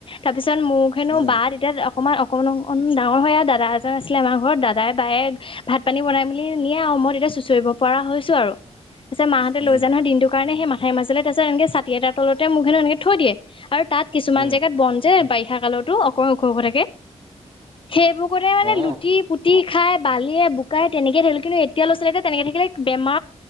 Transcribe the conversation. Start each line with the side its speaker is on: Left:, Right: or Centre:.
Left: তাৰপিছত মোৰ হেনো
Right: উম
Left: বা তেতিয়া অকণমান অকমান অকমান ডাঙৰ হয় আৰু দাদা এজন আছিলে আমাৰ ঘৰত দাদাই বায়ে। ভাত পানী বনাইম বুলি নিয়ে আৰু মই তেতিয়া ছুঁচৰিব পৰা হৈছো আৰু। পিছে মাহতে
Right: উম
Left: লৈ নহয় দিনটো কাৰণে সেই মাঠাই মাজলৈ তাৰাছত এনেকে ছাটি তলতে মোক হেনো এনেক থৈয়ে আৰু তাত কিছুমান
Right: উম
Left: জেগাত বন যে বাৰিষা কালতো অ ক ওখ খ থাকে। সেইবোৰ কৰোতে মানে
Right: অ
Left: লুটি পুতি খাই বালিয়ে বোকাই তেনেকে থাকিলো কিন্তু এতিয়া লৰা ছোৱালীয়ে। তেনেকে থাকিলে বেমাৰ